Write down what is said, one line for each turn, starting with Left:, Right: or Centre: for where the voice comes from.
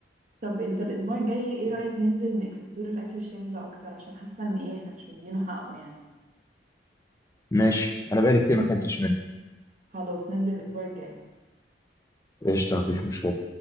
Right: طب انت الاسبوع الجاي ايه رايك ننزل نكسبلور الاكل الشامي ده اكتر عشان حاسه ان ايه احنا مش مدينه حقه يعني
Left: ماشي انا بقالي كتير ما اكلتش منه
Right: خلاص ننزل الاسبوع الجاي
Left: قشطه مفيش مشكله